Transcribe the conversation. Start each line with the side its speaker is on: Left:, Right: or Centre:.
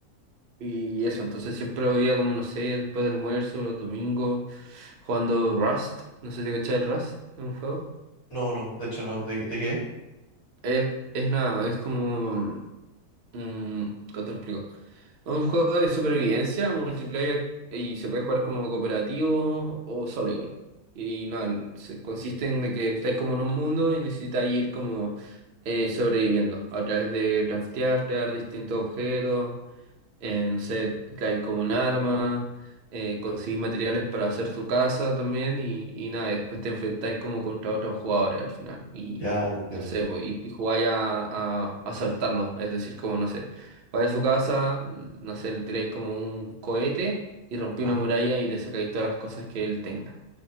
Right: y eso, entonces siempre lo veía como, no sé, después del almuerzo, los domingos, jugando Rust, no sé si cachai el Rust, es un juego.
Left: No, no, de hecho no. ¿De, qué- de qué? es?
Right: Es, es nada, es como... mm, ¿cómo te lo explico? Es Un juego de supervivencia, multiplayer, y se puede jugar como cooperativo o solo igual. Y nada, se- consiste en de que estáis como en un mundo y necesitáis ir como eh, sobreviviendo a través de craftear, crear distintos objetos, eh, no sé, claro, con un arma, eh, conseguís materiales para hacer tu casa también y, y nada, y después te enfrentáis como contra otros jugadores al final y
Left: Ya te entiendo.
Right: no sé, po, y, y jugáis a, a, a asaltarlos, es decir, como no sé, vais a su casa, no sé, le tiráis como un cohete y rompí
Left: Ajá,
Right: una muralla y le sacáis todas las cosas que él tenga.